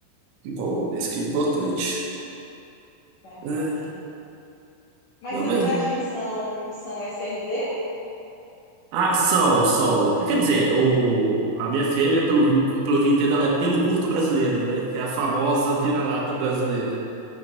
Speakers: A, on the right; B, on the left.
A: Que bom, isso que é importante.
B: verdade.
A: Ai,
B: Mas
A: não,
B: seus
A: mas.
B: gatinhos são são SRD?
A: Ah, são, são. Quer dizer, o, a minha fêmea, pelo, pelo que eu entendo, ela é pelo curto brasileira, né? Que é a famosa vira-lata brasileira.